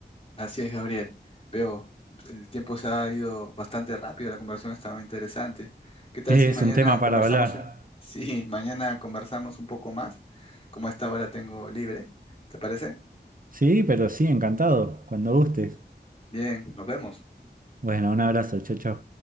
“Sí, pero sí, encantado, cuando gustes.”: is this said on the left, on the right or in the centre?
Right